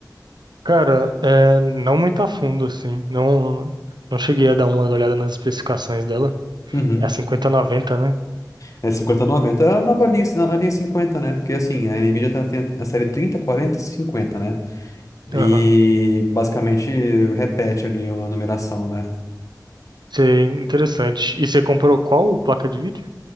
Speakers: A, on the right; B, on the left.
A: Cara, é, não muito a fundo, assim. Não, não cheguei a dar uma olhada nas especificações dela.
B: Uhum.
A: É a cinquenta noventa, né?
B: É 5090, é a nova linha, a linha 50, né? Porque assim, a Nvidia tá- tem a série 30, 40 e 50, né? E
A: Aham.
B: basicamente repete ali a numeração, né?
A: Sei, interessante. E você comprou qual placa de vídeo?